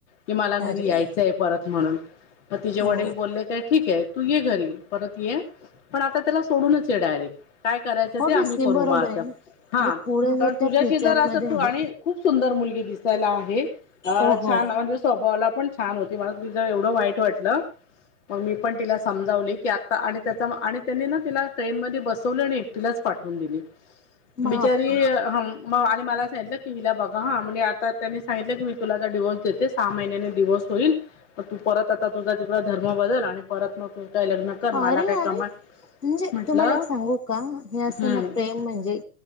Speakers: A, on the left (about 50°); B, on the left (about 85°).
A: की मला
B: अरे
A: घरी
B: अरे
A: यायचंय परत म्हणून तिचे वडील
B: हो
A: बोलले ठीक आहे तू ये घरी परत ये पण आता त्याला सोडूनच ये डायरेक्ट काय करायचं
B: ऑब्विसली
A: ते आम्ही करू
B: बरोबर
A: मग आता.
B: आहे ना
A: हा
B: जर पुढे जर
A: पण तुझ्याशी
B: त्या फ्युचरमध्ये
A: जर असं
B: म्हणजे
A: तू आणि खूप सुंदर मुलगी दिसायला आहे. अ
B: ओ हो
A: छान म्हणजे स्वभावला पण छान होती मला तु जर एवढं वाईट वाटलं. मग मी पण तिला समजावले की आता आणि त्याचा आणि त्यांनी ना तिला ट्रेन मध्ये बसवलं आणि एकटिलाच पाठवून दिली.
B: बापरे
A: बिचारी हम मग आणि मला सांगितलं की हिला बघा म्हणजे आता त्यांनी सांगितलं की मी तुला ज डिवोर्स देतस. सहा महिन्याने दिवस होईल मग तू परत आता तुझा तिकड धर्म बदल आणि परत मग तुझ काही लग्न कर मला
B: अरे
A: काय
B: अरे!
A: कमा
B: म्हणजे
A: म्हटलं
B: तुम्हाला एक सांगू का हे असताना
A: हम्म
B: प्रेम म्हणजे